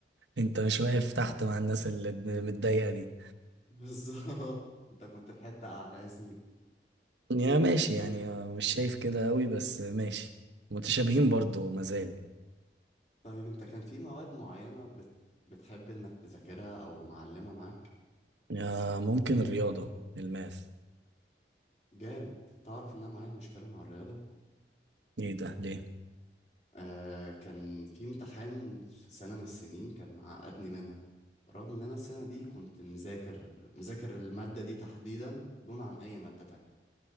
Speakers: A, on the right; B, on the left.
A: انت مش واقف تحت مع الناس اللي متضايقة دي
B: <laughs> بالظبط انت كنت في حته اعلى يا زميلي
A: يا ماشي يعني
B: طيب
A: آه، مش شايف كده أوي بس ماشي متشابهين برضو مازال
B: طيب انت كان في مواد معينه بت... بتحب انك تذاكرها او معلمه معاك
A: آه، ممكن الرياضة الماث
B: جامد تعرف ان انا معايا مشكله مع الرياضه
A: ايه ده ليه
B: آه كان في امتحان في سنة من السنين كان عقدني منها رغم ان انا السنة دي كنت مذاكر مذاكر المادة دي تحديدا دون عن اي مادة تانية